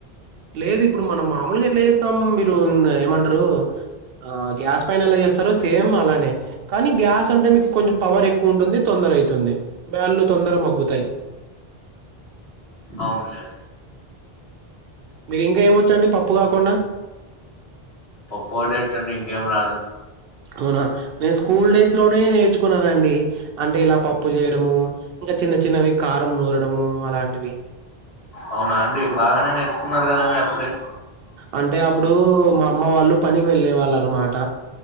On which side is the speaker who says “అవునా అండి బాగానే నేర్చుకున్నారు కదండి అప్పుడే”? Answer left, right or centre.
Left